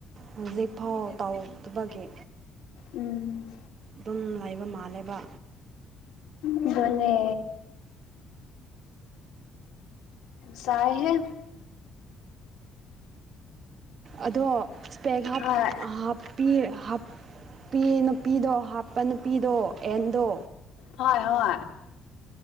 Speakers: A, on the right; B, on the left.
A: ꯍꯧꯖꯤꯛꯐꯥꯎ ꯇꯧꯗꯕꯒꯤ
B: ꯎꯝ
A: ꯑꯗꯨꯝ ꯂꯩꯕ ꯃꯥꯜꯂꯦꯕ
B: ꯑꯗꯨꯅꯦ ꯆꯥꯏꯍꯦ
A: ꯑꯗꯣ ꯏꯁꯄꯦꯛꯒ
B: ꯍꯣꯏ
A: ꯍꯥꯞꯄꯤ ꯅꯨꯄꯤ ꯅꯨꯄꯤꯗꯣ ꯍꯥꯞꯄ ꯅꯨꯄꯤꯗꯣ ꯑꯦꯟꯗꯣ
B: ꯍ ꯍ